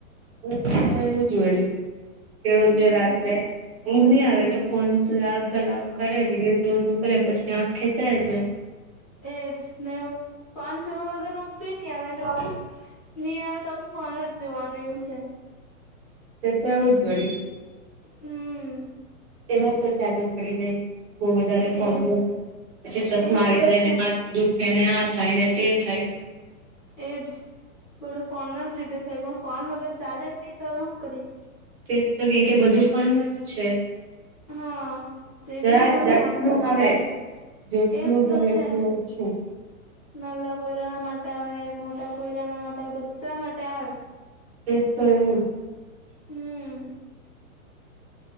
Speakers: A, on the right; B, on the left.
A: તો એવું જ વળી. કે
B: હમ
A: રોજે રાત્રે ઊંઘ નહી આવે, તો ફોન ચલાવ ચલાવ કરે. બજું કરે, પછી આં ખેચાય જ.
B: એ જ ને, ફોન જોવા વગર ઊંધ નહીં આવે,
A: તે
B: નહીં આવે તો બી ફોન જ જોવાનું, એવું છે.
A: તે તો એવું જ વળી.
B: હમ.
A: એમાં જ પછી આદત પડી જાય. બહુ વધારે ફ,
B: એજ
A: પછી ચશ્મા
B: એજ
A: આવી
B: તો
A: જાય
B: છે
A: મા દુખ. એને આ થાય ને, તે થાય.
B: એજ. થોડું ફોન ના જ લીધે થાય. પણ ફોન વગર ચાલે જ નહી તો, હવે શું કરી?
A: તે તો કે, કે બધું ફોનમાં જ છે.
B: હા જે
A: જ
B: બી છે બધું
A: જાતનું
B: ફોનમાં
A: હવે. જેટલું
B: જ એજ તો
A: જો, એટલું
B: છે
A: ઓછું.
B: નાલા પોયરાના માટે આવે. મોટા પોયરાના માટે આવે. બધા માટે આવે.
A: એ તો એવું.
B: હમ!